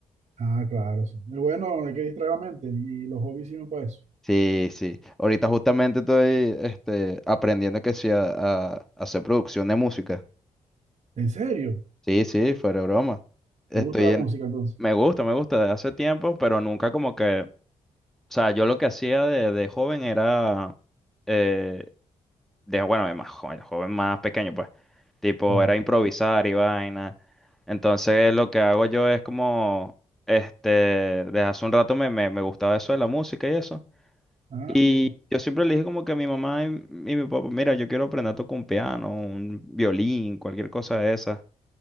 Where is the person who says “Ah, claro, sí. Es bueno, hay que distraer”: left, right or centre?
Right